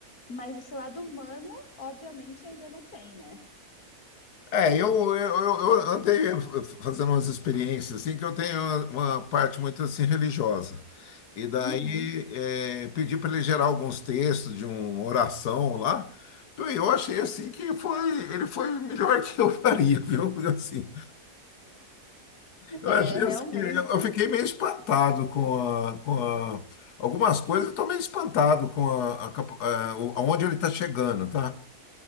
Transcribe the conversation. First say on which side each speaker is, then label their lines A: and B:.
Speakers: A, on the left (about 70°); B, on the left (about 80°).
A: mas esse lado humano, obviamente, ainda não tem, né?
B: É, eu, eu, eu eu andei fazendo umas experiências assim que eu tenho uma parte muito assim religiosa. E daí
A: Uhum.
B: é, pedi para ele gerar alguns textos de uma oração lá. Então, Eu achei assim que foi, ele foi melhor <laughs> que eu faria, viu? Assim, eu
A: É,
B: achei
A: realmente,
B: assim, eu eu fiquei meio espantado com a, com a- algumas coisas, eu estou meio espantado com a, a, capa- a- o- aonde ele está chegando, tá?